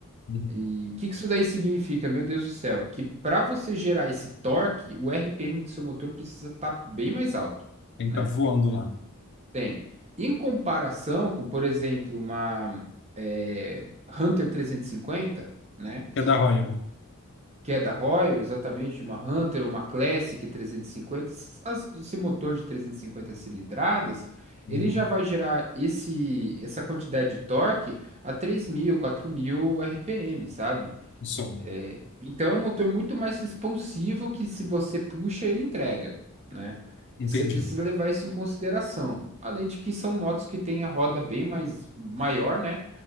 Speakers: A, on the left; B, on the right.
A: Uhum.
B: E o que, que isso daí significa, meu Deus do céu? Que para você gerar esse torque, o RPM do seu motor precisa estar bem mais alto,
A: Tem
B: né?
A: que estar voando lá.
B: Tem. Em comparação com, por exemplo, uma eh, Hunter 350, né?
A: É da Royal,
B: Que é da Royal, exatamente, uma Hunter, ou uma Classic 350, s- as- esse motor de 350 cilindradas,
A: Uhum.
B: ele já vai gerar esse, essa quantidade de torque a 3.000, 4.000 RPM, sabe?
A: do Sol.
B: É, Então é um motor muito mais responsivo que se você puxa, ele entrega, né?
A: Entendi.
B: Você precisa levar isso em consideração. Além de que são motos que têm a roda bem mais maior, né?